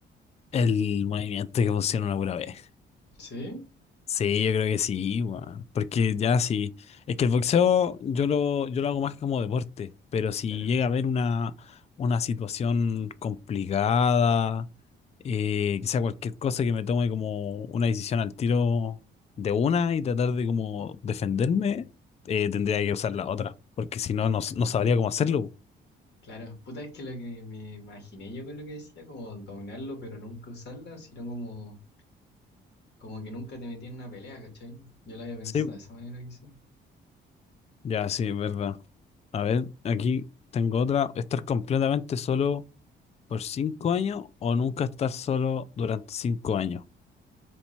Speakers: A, on the left; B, on the left.
A: el movimiento que funciona una pura vez.
B: ¿Sí?
A: Sí, yo creo que sí, weón. Porque ya sí. Es que el boxeo yo lo, yo lo hago más como deporte, pero si
B: Claro,
A: llega a haber una, una situación complicada, eh, quizá cualquier cosa que me tome como una decisión al tiro de una y tratar de como defenderme, eh, tendría que usar la otra, porque si no, no, s- no sabría cómo hacerlo.
B: claro. Puta, es que lo que me imaginé yo con lo que decía, como dominarlo, pero nunca usarla, sino como, como que nunca te metían en una pelea, ¿cachai? Yo lo había pensado
A: Sí,
B: de esa manera, quizás.
A: ya sí, es verdad. A ver, aquí tengo otra. Estar completamente solo ¿Por cinco años o nunca estar solo durante cinco años?